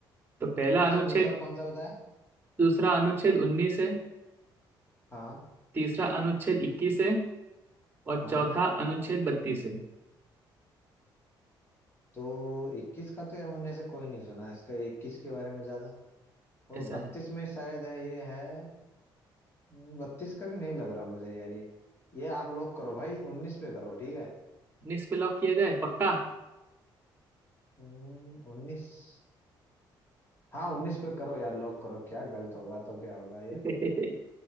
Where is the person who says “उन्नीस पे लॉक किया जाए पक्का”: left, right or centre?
Right